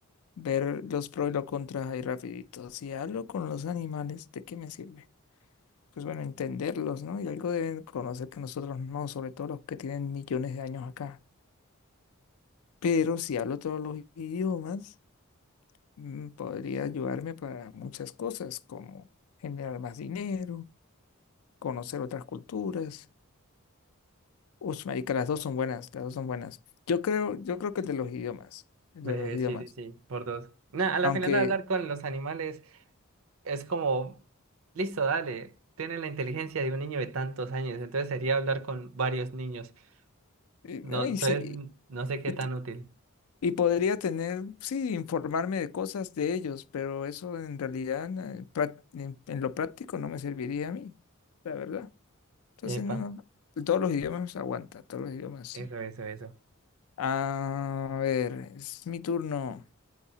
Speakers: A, on the left; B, on the right.
A: ver los pros y los contras ahí rapidito. Si hablo con los animales, ¿de qué me sirve? Pues bueno, entenderlos, ¿no? Y algo deben conocer que nosotros no, sobre todo los que tienen millones de años acá. Pero si hablo todos los idiomas, mm, podría ayudarme para muchas cosas, como generar más dinero, conocer otras culturas Uf, marica, las dos son buenas, las dos son buenas. Yo creo, yo creo que el de los idiomas, el
B: Breve,
A: de los idiomas.
B: sí, sí, sí, por dos. Nah, a la
A: Aunque,
B: final hablar con los animales es como, listo, dale, tienen la inteligencia de un niño de tantos años, entonces sería hablar con varios niños.
A: y, no,
B: No, entonces,
A: y, se- y-
B: no sé qué
A: y-
B: tan útil.
A: y podría tener, sí, informarme de cosas de ellos, pero eso en realidad eh, prá- en, en lo práctico no me serviría a mí, la verdad. Entonces,
B: Epa,
A: no, no, todos los idiomas aguanta, todos los idiomas sí.
B: eso, eso, eso.
A: A ver, es mi turno.